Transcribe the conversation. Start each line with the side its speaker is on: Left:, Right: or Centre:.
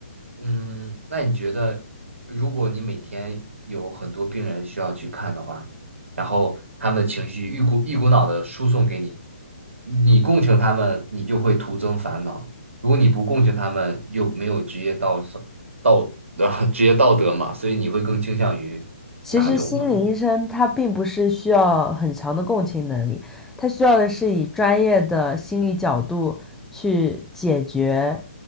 Right: 嗯，那你觉得，如果你每天有很多病人需要去看的话，然后他们的情绪一股一股脑的输送给你，你共情他们，你就会徒增烦恼；如果你不共情他们，又没有职业道德道呃 <laughs> 职业道德嘛，所以你会更倾向于哪种呢？
Centre: 其实心理医生他并不是需要很强的共情能力，他需要的是以专业的心理角度去解决，